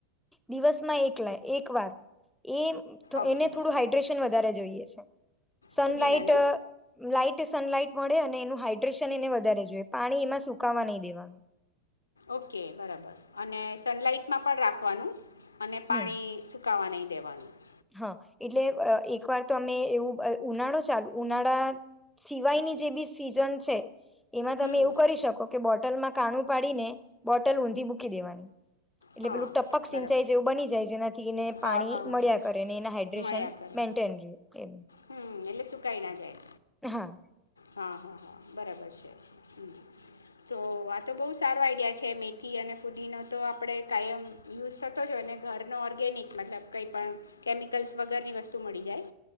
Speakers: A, in the centre; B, on the left (about 75°).
A: દિવસમાં એક એક વાર એ
B: ઓકે
A: એને થોડું હાાઈડ્રેશન વધારે છે. જોઈએ છ. Sunlight
B: ફુદીનાને
A: light. સનલાઈટ મળે અને એનું હાઈડ્રેશન એને વધારે જોઈએ પાણી એમાં સુકાવા નહીં દેવા.
B: ઓકે બરાબર અને સનલાઈટમાં પણ રાખો. વાનું. અને પાણી
A: હમ
B: સુકાવા નહી દેવા. <unintelligible>
A: હા એટલે બઅ એક વાર તો અમે એવું અ ઉનાળો ચાલ ઉનાળા સિવાયની જે બી સીઝન છે એમાં
B: હમ
A: તમે એવું કરી શકો કે બોટ બોટલમાં કાણું પાડીને, બોટલ ઊંધી મૂકી દેવાની. એટલે
B: હા
A: પેલું ટપક
B: બરાબર
A: સિંચાઈ જેવું બની જાય જેનાથી એને
B: હા
A: પાણી
B: હા હા.
A: મળ્યા ક ને એને હાઇડ્રેશન
B: મળ્યા કરે
A: મેન્ટેન રહ્યું કે,
B: હમ એટલે સુકાઈ ના જાય
A: હા.
B: હા હા હા બરાબર છે. હમ્મ તો આ તો બહુ સારો આઈડિયા છે મેથી અને ફુદીનો તો આપણે કાયમ યુઝ થતો જઈ અને ઘરનો ઓર્ગેનિક મતલબ કંઈ પણ કેમિકલ્સ વગરની વસ્તુ મળી જાય.